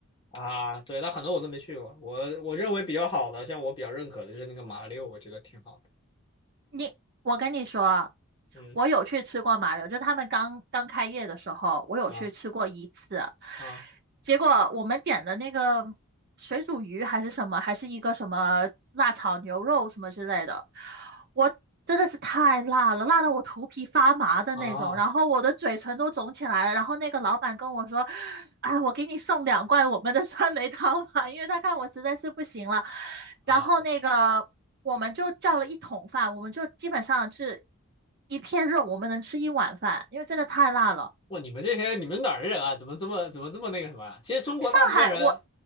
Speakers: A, on the left (about 20°); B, on the right (about 45°).
A: 啊。对，但很多我都没去过，我我认为比较好的，像我比较认可的就是那个马六，我觉得挺好的。
B: 你，我跟你说，
A: 嗯
B: 我有去吃过麻油，就他们刚刚开业的时候，我有去吃过一次。
A: 啊啊
B: 结果我们点的那个水煮鱼还是什么，还是一个什么辣炒牛肉什么之类的，我真的是太辣了，辣到我头皮发麻的那种，
A: 啊
B: 然后我的嘴唇都肿起来了。然后那个老板跟我说：“哎，我给你送两罐我们的酸梅汤吧，因为他看我实在是不行了。”
A: 啊！
B: 然后那个我们就叫了一桶饭，我们就基本上是一片肉，我们能吃一碗饭，因为真的太辣了。
A: 哇，你们这些你们哪儿人啊？怎么这么怎么这么那个什么啊？其实中国大部分人
B: 上海我